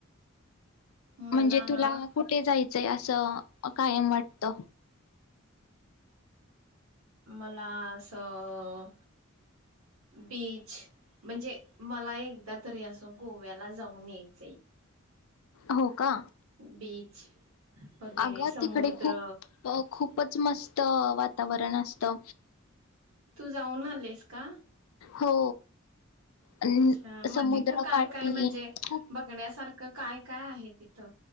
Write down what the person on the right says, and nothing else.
मला
ना
मला असं- बीच म्हणजे, मला एकदा तरी असं गोव्याला जाऊन यायचंय.
बीच वगैरे
समुद्र
तू जाऊन आलीस का?
अच्छा मग
तिथं काय
काय म्हणजे
बघण्यासारखं काय काय आहे तिथं